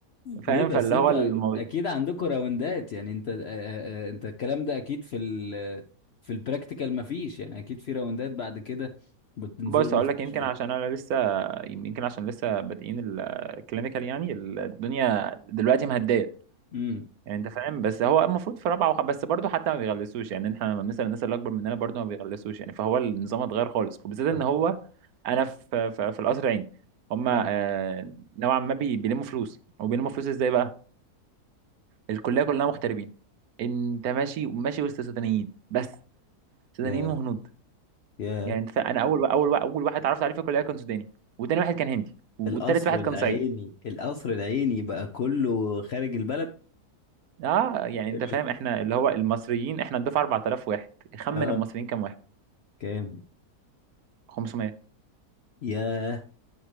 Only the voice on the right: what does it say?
فاهم
فاللي
هو الموضوع
بص
اقول لك يمكن عشان انا لسه يمكن عشان لسه بادئين ال- الكلينيكال يعني الدنيا دلوقتي مهديه
يعني انت فاهم بس هو المفروض في رابعه وخ... بس برضه حتى ما بيغلسوش يعني احنا لما بنسال الناس اللي اكبر مننا برضه ما بيغلسوش يعني فهو النظام اتغير خالص وبالذات
ان هو انا في في, في القصر العيني هما
آه، نوعا ما بي... بيلموا فلوس وبيلموا فلوس ازاي بقى الكليه كلها مغتربين انت ماشي ماشي وسط سودانيين بس سودانيين
وهنود
يعني انت فا- انا اول اول اول واحد اتعرفت عليه في الكليه كان سوداني وتاني واحد كان هندي والتالت
واحد
كان صعيدي
اه يعني
انت
فاهم احنا اللي هو المصريين احنا الدفعه 4000 واحد خمن
المصريين كام واحد
500